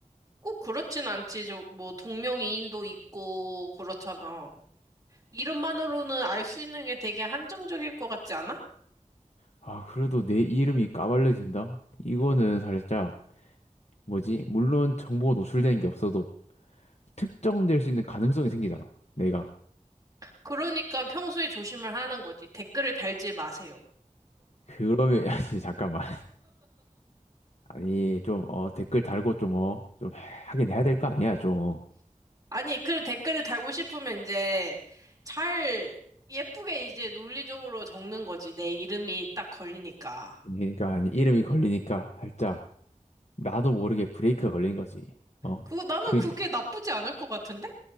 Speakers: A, on the right; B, on the left.
A: 꼭 그렇진 않지. 저, 뭐, 동명이인도 있고, 그렇잖아. 이름만으로는 알 수 있는 게 되게 한정적일 것 같지 않아?
B: 아, 그래도 내 이름이 까발려진다? 이거는 살짝, 뭐지? 물론 정보가 노출되는 게 없어도 특정될 수 있는 가능성이 생기잖아. 내가.
A: 그러니까 평소에 조심을 하는 거지. 댓글을 달지 마세요.
B: 그러면, <laughs> 아니, 잠깐만. 아니, 좀, 어, 댓글 달고 좀, 어, 좀 하긴 해야 될 거 아니야, 좀.
A: 아니, 그 댓글을 달고 싶으면 이제 잘 예쁘게 이제 논리적으로 적는 거지. 내 이름이 딱 걸리니까.
B: 그러니까 아니 이름이 걸리니까 살짝 나도 모르게 브레이크가 걸린 거지. 어?
A: 그 나는
B: 그냥
A: 그게 나쁘지 않을 것 같은데?